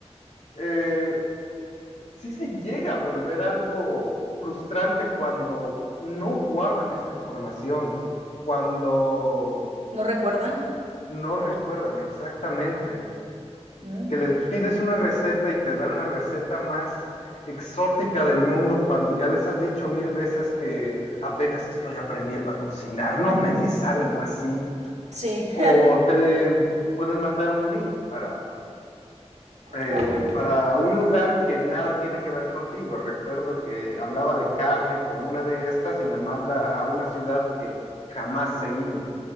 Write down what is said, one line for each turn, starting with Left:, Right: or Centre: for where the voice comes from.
Left: eh, sí se llega a volver algo frustrante cuando no guardan esta información, cuando
Right: ¿No recuerdan?
Left: No recuerdan exactamente.
Right: Mm,
Left: Que les pides una receta y te dan la receta más exótica del mundo cuando ya les has dicho mil veces que apenas estoy aprendiendo a cocinar, no me des algo así.
Right: Sí, <laughs>
Left: O te pueden mandar un link para, eh,
Right: wow.
Left: para un lugar que nada tiene que ver contigo. Recuerdo que hablaba de carne con una de estas y me manda a una ciudad que jamás he ido,